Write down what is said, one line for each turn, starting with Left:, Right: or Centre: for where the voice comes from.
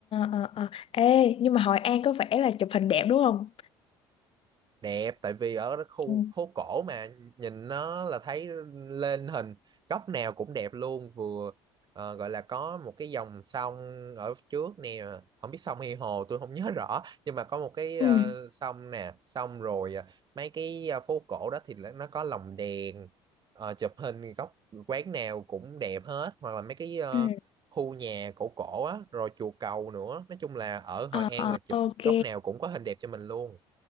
Left: ờ, ờ. Ê, nhưng mà Hội An có vẻ là chụp hình đẹp đúng không?
Right: đẹp tại vì ở cái khu
Left: Ừ.
Right: phố cổ mà nhìn nó là thấy lên hình góc nào cũng đẹp luôn vừa ờ, gọi là có một cái dòng sông ở trước nè không biết sông hay hồ tôi không <laughs> nhớ rõ nhưng mà có một cái
Left: Ừ.
Right: ờ, sông nè xong rồi ờ, mấy cái ờ, phố cổ đó thì là- nó có lồng đèn Ờ, chụp hình góc quán nào cũng đẹp hết hoặc là mấy cái ờ,
Left: Ừ.
Right: khu nhà cổ cổ á rồi chùa cầu nữa nói chung là ở Hội
Left: Ờ,
Right: An
Left: ờ,
Right: là chụp
Left: ok.
Right: góc nào cũng có hình đẹp cho mình luôn